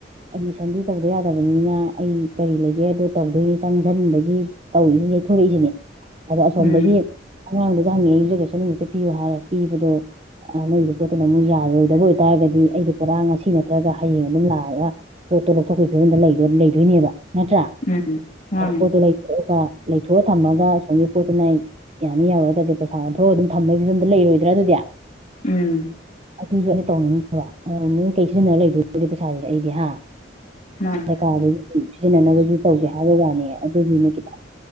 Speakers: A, on the right (about 35°); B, on the left (about 40°).
A: ꯑꯦꯠꯃꯤꯁꯟꯗꯤ ꯇꯧꯗ ꯌꯥꯗꯕꯅꯤꯅ ꯑꯩ ꯀꯔꯤ ꯂꯩꯒꯦ ꯗꯣ ꯇꯧꯗꯣꯏꯅꯤ ꯆꯪꯖꯟꯗꯒꯤ ꯇꯧꯉꯤꯅꯤ ꯌꯩꯊꯣꯔꯛꯏꯖꯤꯅꯤ ꯑꯗꯣ ꯑꯁꯣꯝꯗꯒꯤ
B: ꯎꯝ
A: ꯑꯉꯥꯡꯗꯨꯗ ꯍꯪꯉꯤ ꯌꯨꯝꯖꯀꯩꯁ ꯅꯨꯃꯤꯛꯇ ꯄꯤꯌꯣ ꯍꯥꯏꯌꯦ ꯄꯤꯕꯗꯣ ꯅꯣꯏꯒꯤ ꯄꯣꯠꯇꯨꯅ ꯑꯃꯨꯛ ꯌꯥꯔꯣꯏꯗꯕ ꯑꯣꯏ ꯑꯣꯏꯇꯥꯔꯒꯗꯤ ꯑꯩꯗꯤ ꯄꯨꯔꯥ ꯉꯁꯤ ꯅꯠꯇ꯭ꯔꯒ ꯍꯌꯦꯡ ꯑꯗꯨꯝ ꯂꯥꯛꯑꯒ ꯄꯣꯠꯇꯣ ꯂꯧꯊꯣꯛꯄꯒꯤ ꯐꯤꯕꯝꯗ ꯂꯩꯗꯣꯏꯅꯦꯕ ꯅꯠꯇ꯭ꯔꯥ
B: ꯎꯝ ꯃꯥꯅꯤ
A: ꯄꯣꯠꯇꯣ ꯂꯩꯊꯣꯛꯑꯒ ꯂꯩꯊꯣꯛ ꯊꯝꯃꯒ ꯁꯣꯝꯒꯤ ꯄꯣꯠꯇꯨꯅ ꯑꯩ ꯌꯥꯅꯤ ꯌꯥꯔꯣꯏ ꯍꯥꯏꯇꯥꯔꯗꯤ ꯄꯩꯁꯥ ꯑꯣꯟꯊꯣꯛꯑ ꯑꯗꯨꯝ ꯊꯝꯕꯒꯤ ꯐꯤꯕꯝꯗ ꯂꯩꯔꯣꯏꯗ꯭ꯔꯥ ꯑꯗꯨꯗꯤ
B: ꯎꯝ
A: ꯑꯗꯨꯁꯨ ꯇꯧꯅꯤꯡꯗꯦꯕ ꯀꯩ ꯁꯤꯖꯤꯟꯅ ꯂꯩꯗꯣꯏꯕ ꯄꯩꯁꯥꯖꯦ ꯑꯩꯗꯤ ꯍꯥ
B: ꯃꯥꯅꯤ
A: ꯃ ꯀꯥꯗꯒꯤ ꯁꯤꯖꯤꯟꯅꯅꯕꯁꯨ ꯇꯧꯁꯦ ꯍꯥꯏꯕ ꯋꯥꯅꯦ ꯑꯗꯨꯒꯤꯅꯦ ꯈꯤꯇꯡ